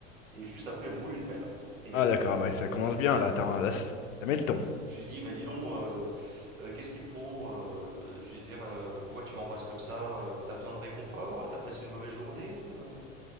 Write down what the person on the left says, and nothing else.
Ah,
d'accord, bah, ça commence
bien
là.
Attends, là, c- ça met le ton.